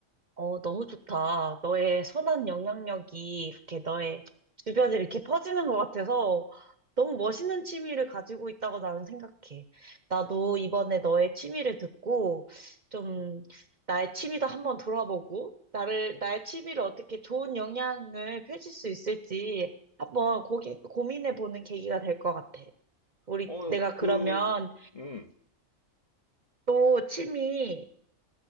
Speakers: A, on the right; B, on the left.
A: 어, 너무 좋다. 너의 선한 영향력이 이렇게 너의 주변에 이렇게 퍼지는 것 같아서 너무 멋있는 취미를 가지고 있다고 나는 생각해. 나도 이번에 너의 취미를 듣고 좀 나의 취미도 한번 돌아보고 나를, 나의 취미를 어떻게 좋은 영향을 펼칠 수 있을지 한번 고기, 고민해보는 계기가 될 것 같아. 우리,
B: 어,
A: 내가
B: 그,
A: 그러면
B: 음,
A: 또 취미,